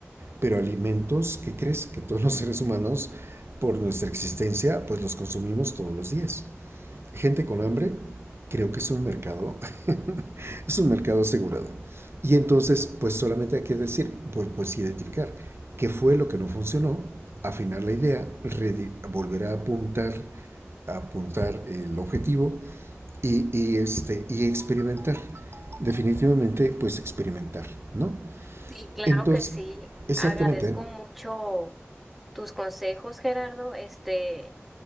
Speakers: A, on the right; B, in the centre.
A: Pero alimentos, ¿qué crees? Que todos los seres humanos, por nuestra existencia, pues los consumimos todos los días gente con hambre, creo que es un mercado, <laughs> es un mercado asegurado. Y entonces, pues solamente hay que decir, pues, pues identificar qué fue lo que no funcionó, afinar la idea, volver a apuntar, a apuntar el objetivo y, y, este, y experimentar. Definitivamente, pues experimentar, ¿no?
B: Sí, claro
A: Entonces,
B: que sí,
A: exactamente,
B: agradezco mucho tus consejos, Gerardo, este,